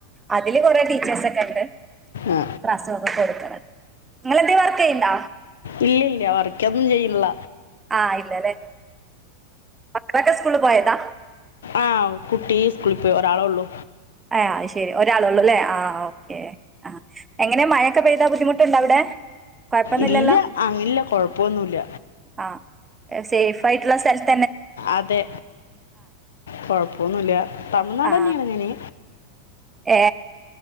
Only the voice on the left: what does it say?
ആ
ഇല്ല ഇല്ല വർക്കൊന്നും ചെയ്യില്ല
ആ കുട്ടി സ്കൂളിൽ പോയി ഒരാളെ ഉള്ളു
ഇല്ല അങ്ങിനില്ല കൊഴപ്പൊന്നുല്ല
അതെ കൊഴപ്പൊന്നുല്ല തമിഴ്നാട്
തന്നെയാണ് ഞാന്